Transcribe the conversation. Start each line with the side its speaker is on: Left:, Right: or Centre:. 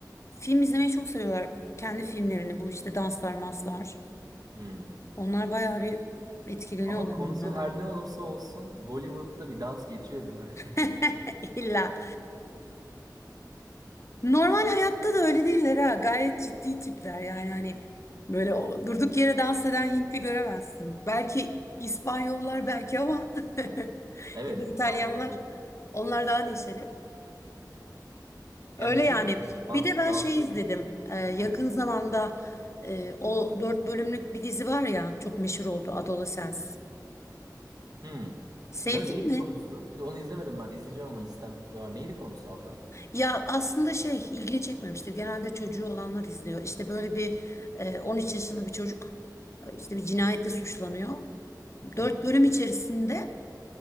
Left: Film izlemeyi çok seviyorlar. Kendi filmlerini bu işte danslar maslar.
Right: Hmm.
Left: Onlar bayağı bir etkileniyorlar
Right: Ama konusu
Left: onlardan.
Right: her ne olursa olsun Bollywood'da bir dans geçiyor değil mi? <laughs>
Left: <laughs> İlla. Normal hayatta da öyle değiller ha. Gayet ciddi tipler yani hani böyle o durduk yere dans eden Hintli göremezsin. Belki İspanyollar belki ama <laughs>
Right: Evet,
Left: ya da İtalyanlar.
Right: İspanyollar olabilir.
Left: Onlar daha neşeli.
Right: Ya
Left: Öyle
Right: Neşe
Left: yani.
Right: değil mi? Dans,
Left: Bir de ben
Right: danslarını...
Left: şey izledim. Ee, yakın
Right: Ha, tamam.
Left: zamanda e, o dört bölümlük bir dizi var ya çok meşhur oldu Adolescence.
Right: Hmm.
Left: Sevdin
Right: Ne, neydi
Left: mi?
Right: konusu? Ya onu izlemedim ben. İzleyeceğim ama listemde var. Neydi konusu abla?
Left: Ya aslında şey ilgini çekmemiştir. Genelde çocuğu olanlar izliyor. İşte böyle bir e, 13 yaşında bir çocuk e, işte bir cinayetle suçlanıyor.
Right: Hmm.
Left: 4 bölüm içerisinde